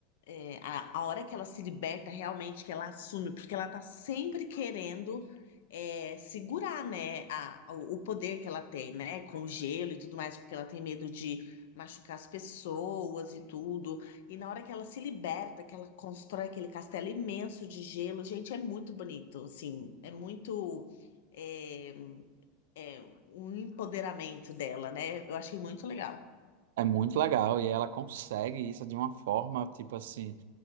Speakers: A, on the left (about 75°); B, on the right (about 75°).
A: é, a, a hora que ela se liberta realmente, que ela assume, porque ela tá sempre querendo é, segurar, né, a, o o poder que ela tem, né, com o gelo e tudo mais, porque ela tem medo de machucar as pessoas e tudo. E na hora que ela se liberta, que ela constrói aquele castelo imenso de gelo, gente, é muito bonito, assim, é muito é, é, um empoderamento dela, né? Eu achei muito legal.
B: É muito legal e ela consegue isso de uma forma, tipo assim,